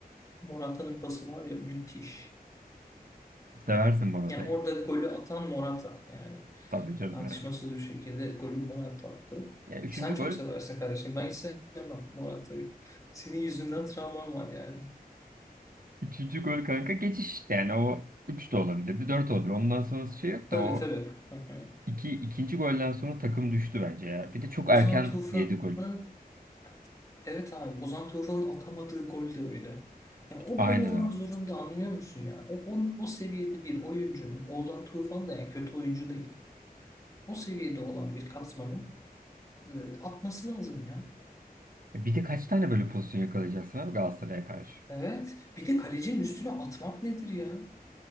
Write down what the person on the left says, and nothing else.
Morata'nın pası var ya müthiş.
Yani orada golü atan Morata yani.
Tartışmasız
bir şekilde golü Morata attı.
Sen çok
seversin kardeşim. Ben hiç sevmem Morata'yı. Senin yüzünden travmam var yani.
Tabii
tabii. Hı hı.
Ozan
Tufan'ın
evet abi Ozan Tufan'ın atamadığı gol de öyle. Ya o
gol olmak
zorunda anlıyor musun yani? O, o, o seviyede bir oyuncunun Ozan Tufan da yani kötü oyuncu değil. O seviyede olan bir kasmanın e, atması lazım ya.
Evet. Bir de kalecinin üstüne atmak nedir ya?